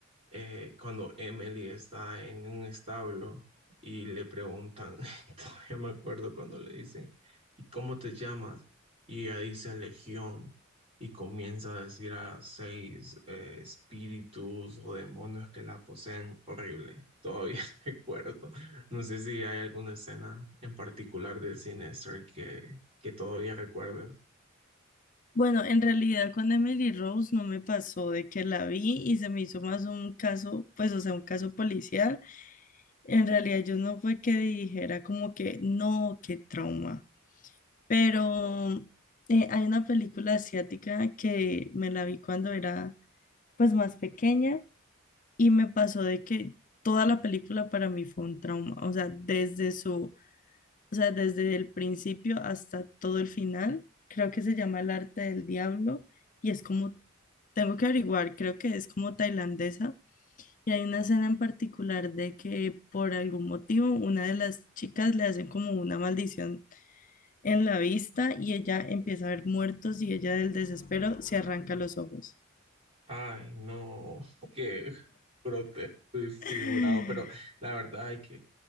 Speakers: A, on the right (about 30°); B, on the left (about 40°).
A: eh, cuando Emily está en un establo y le preguntan, <laughs> todavía me acuerdo cuando le dicen, ¿y cómo te llamas? Y ella dice Legión y comienza a decir a seis eh, espíritus o demonios que la poseen. Horrible, todavía <laughs> recuerdo. No sé si hay alguna escena en particular de Sinister que, que todavía recuerdas.
B: Bueno, en realidad con Emily Rose no me pasó de que la vi y se me hizo más un caso, pues o sea, un caso policial. En realidad yo no fue que dijera como que no, qué trauma. Pero eh, hay una película asiática que me la vi cuando era pues más pequeña Y me pasó de que toda la película para mí fue un trauma, o sea, desde su, o sea, desde el principio hasta todo el final, creo que se llama El arte del diablo y es como, tengo que averiguar, creo que es como tailandesa y hay una escena en particular de que por algún motivo una de las chicas le hacen como una maldición en la vista y ella empieza a ver muertos y ella del desespero se arranca los ojos.
A: Ay, no, <laughs> qué grotesco y figurado,
B: <laughs>
A: pero la verdad hay que